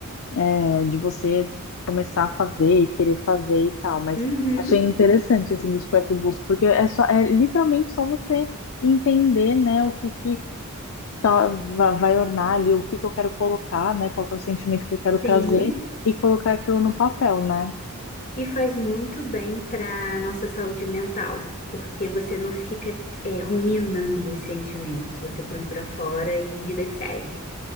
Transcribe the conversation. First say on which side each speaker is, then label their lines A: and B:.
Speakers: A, on the left (about 65°); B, on the left (about 40°).
A: é, de você começar a fazer e querer fazer e tal, mas
B: Uhum.
A: achei interessante esse do scrapbook, porque é só, é literalmente só você entender, né, o que que tá- va- vai ornar ali o que que eu quero colocar, né? Qual que é o sentimento que eu quero trazer
B: Sim.
A: e colocar aquilo no papel, né?
B: E faz muito bem para nossa saúde mental, porque você não fica é, ruminando os sentimentos, você põe para fora e vida que segue.